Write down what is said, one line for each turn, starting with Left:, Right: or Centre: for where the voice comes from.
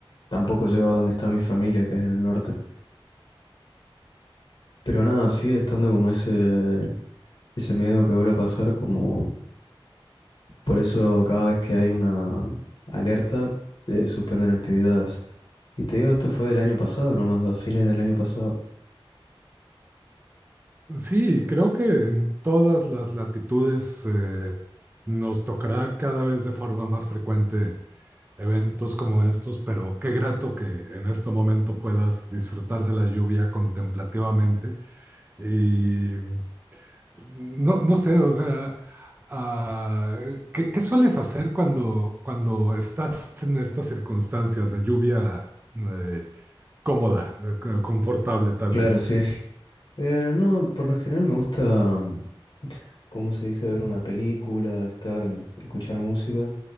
Left: tampoco llego a donde está mi familia, que es en el norte. Pero nada, sigue estando como ese, ese miedo que vuelve a pasar, como por eso cada vez que hay una alerta, eh, suspenden actividades. Y te digo, esto fue del año pasado, nomás, a fines del año pasado.
Right: Sí, creo que en todas las latitudes eh, nos tocará cada vez de forma más frecuente eventos como estos, pero qué grato que en este momento puedas disfrutar de la lluvia contemplativamente. Y no, no sé, o sea, ah, ¿qué, qué sueles hacer cuando, cuando estás en estas circunstancias de lluvia eh, cómoda, eh, confortable tal
Left: Claro,
Right: vez?
Left: sí. <laughs> Eh, no, por lo general me gusta, mm, ¿cómo se dice? Ver una película, estar, mm, escuchar música.